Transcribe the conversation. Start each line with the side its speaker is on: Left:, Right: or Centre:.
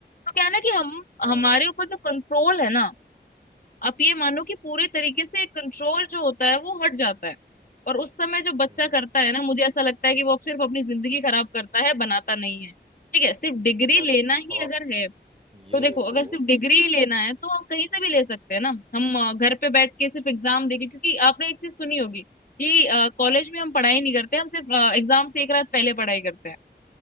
Left: तो क्या है ना कि हम
Right: हाँ
Left: हमारे
Right: हाँ
Left: ऊपर जो कंट्रोल है ना आप ये मानो कि पूरे तरीके से कंट्रोल जो होता है वो हट जाता है और उस समय जो बच्चा
Right: हम्म
Left: करता है ना मुझे ऐसा लगता है कि वो अब सिर्फ अपनी जिंदगी खराब करता है बनाता नहीं है ठीक है सिर्फ डिग्री
Right: यार
Left: लेना ही
Right: अब
Left: अगर
Right: आप
Left: है
Right: ये
Left: तो देखो
Right: देखो
Left: अगर सिर्फ डिग्री ही लेना है तो हम कहीं से भी ले सकते हैं ना हम अ, घर पे बैठ के सिर्फ एग्जाम देके क्योंकि आपने एक चीज सुनी होगी कि कॉलेज में हम पढ़ाई नहीं करते हम सिर्फ अ, एग्जाम से एक रात पहले पढ़ाई करते हैं